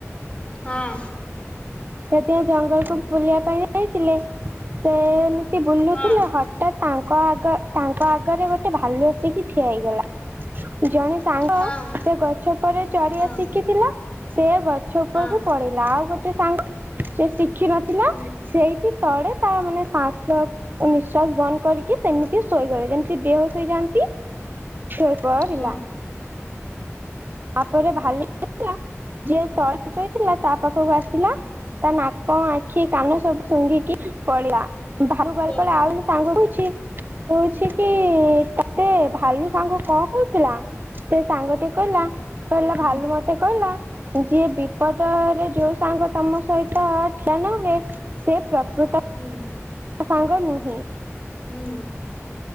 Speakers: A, on the left; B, on the right.
A: ହଁ।
B: ସେତେ ଜଙ୍ଗଲକୁ ବୁଲିବା ପାଇଁ ଯାଇଥିଲେ ସେମିତି ବୁଲୁଥିଲେ
A: ହଁ
B: ହ ଠାତ ତାଙ୍କ ଆଗ ତାଙ୍କ ଆଗରେ ଗୋଟେ ଭାଲୁ ସିକି ଠିଆ ହେଇଗଲା ଜଣେ ସାଙ୍ଗ
A: ହଁ
B: ସେ ଗଛ ପଉରେ ଚଢିଆ
A: ହଁ
B: ଶିଖିଥିଲା। ସେ ଗଛ ଉପରକୁ
A: ହଁ
B: ପଳେଇଲା ଆଉ ଗୋଟେ ସାଙ୍ଗ ସେ ଶିଖିନଥିଲା
A: ହୁଁ
B: ସେଇଠି ତଳେ ତା ମାନେ ସାସତ ନିଃଶ୍ଵାସ ବନ୍ଦ କରିକି ସେମିତି ଶୋଇଗଲେ ଯେମିତି ବେହୋସ୍ ହୋଇଯାଆନ୍ତି? ଶୋଇ ପରିଲା।
A: ହଁ।
B: ତାପରେ
A: ହୁଁ
B: ଭାଲୁ ଲା ଯିଏ ତଳେ ଶୋଇଥିଲା ତା ପାଖକୁ ଆସିଲା ତା ନା କ ଆଖି କାନ ସବୁ ଶୁଙ୍ଘିକି ପଳିଲା ଭାଲୁ ଗଲା
A: ହୁଁ
B: ପଳେ ଆଉ ଜଣେ ସାଙ୍ଗ କହୁଛି କହୁଛି କି ତତେ ଭାଲୁ ସାଙ୍ଗ କଣ କହୁଥିଲା ସେ ସାଙ୍ଗ ଟି କହିଲା କହିଲା
A: ହୁଁ
B: ଭାଲୁ ମତେ କହିଲା ଯିଏ ବିପଦରେ ଯୋଉ ସାଙ୍ଗ ତମ ସହି ତ ଠିଆ ନହୁଏ ସେ ପ୍ରକୃତ
A: ହୁଁ।
B: ତା ସାଙ୍ଗ ନୁହେଁ।
A: ହୁଁ।